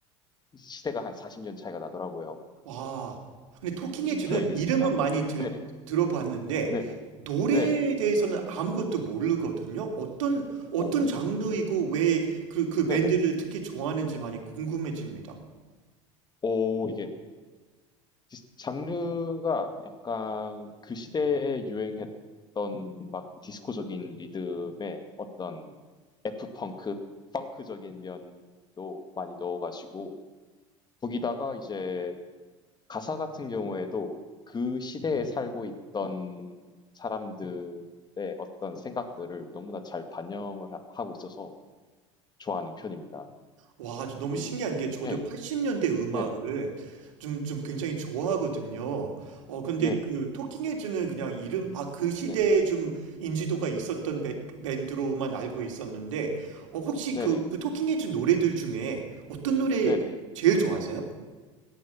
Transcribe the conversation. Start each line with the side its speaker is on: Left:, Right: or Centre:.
Left: 시대가 한 40년 차이가 나더라고요.
Right: 와. 근데 토킹
Left: 요즘
Right: 헤즈는
Left: 플레이리스트가
Right: 이름은 많이 들,
Left: 네네.
Right: 들어봤는데
Left: 네네.
Right: 노래에
Left: 네네.
Right: 대해서는 아무것도 모르거든요. 어떤 어떤
Left: 오,
Right: 장르이고 왜 그 그 밴드를
Left: 네네.
Right: 특히 좋아하는지 많이 궁금해집니다.
Left: 오, 이게 디스- 장르가 약간 그 시대에 유행했던 막 디스코적인 리듬에 어떤 F펑크, 펑크적인 면도 많이 넣어가지고 거기다가 이제 가사 같은 경우에도 그 시대에 살고 있던 사람들의 어떤 생각들을 너무나 잘 반영을 하- 하고 있어서 좋아하는 편입니다.
Right: 와, 저 너무
Left: 그리고
Right: 신기한 게 저도
Left: 네,
Right: 80년대 음악을
Left: 네네,
Right: 좀, 좀 굉장히 좋아하거든요. 어, 근데
Left: 네네,
Right: 그 토킹 헤즈는 그냥
Left: 음,
Right: 이름, 아, 그 시대에
Left: 네네.
Right: 좀 인지도가 있었던 밴- 밴드로만 알고 있었는데, 어, 혹시
Left: 네네.
Right: 그, 그 토킹 헤즈 노래들 중에 어떤 노래
Left: 네네.
Right: 제일 좋아하세요?